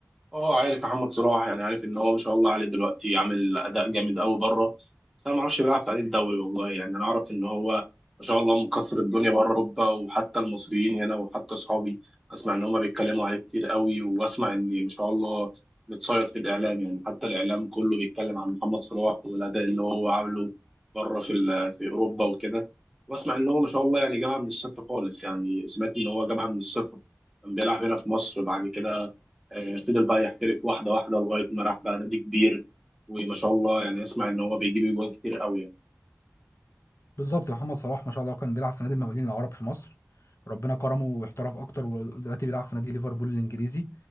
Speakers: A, in the centre; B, on the left (about 60°).
A: اه عارف محمد صلاح يعني عارف ان هو ما شاء الله عليه دلوقتي عامل اداء جامد قوي بره بس انا ما اعرفش بيلعب في أنهي الدوري والله يعني انا اعرف ان هو ما شاء الله مكسر الدنيا بره اوروبا وحتى المصريين هنا وحتى اصحابي اسمع ان هما بيتكلموا عليه كتير قوي واسمع ان ما شاء الله متصيد في الاعلام يعني حتى الاعلام كله بيتكلم عن محمد صلاح والاداء اللي هو عامله بره في ال- في اوروبا وكده واسمع ان هو ما شاء الله يعني جابها من الصفر خالص يعني سمعت ان هو جابها من الصفر كان بيلعب هنا في مصر بعد كده آه، فضل بقى يحترف واحدة واحدة لغاية ما راح بقى نادي كبير وما شاء الله يعني اسمع ان هو بيجيب جوان كتير قوي يعني
B: بالظبط محمد صلاح ما شاء الله كان بيلعب في نادي المقاولين العرب في مصر ربنا كرمه واحترف اكتر ودلوقتي بيلعب في نادي ليفربول الانجليزي